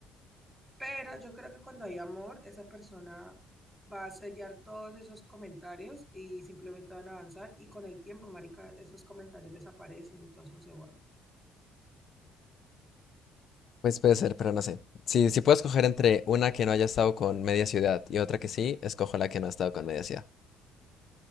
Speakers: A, in the centre; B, on the left.
A: Pero yo creo que cuando hay amor, esa persona va a sellar todos esos comentarios y simplemente van a avanzar y con el tiempo, marica, esos comentarios desaparecen y todo eso se borra.
B: Pues puede ser, pero no sé. Si, si puedo escoger entre una que no haya estado con media ciudad y otra que sí, escojo la que no ha estado con media ciudad.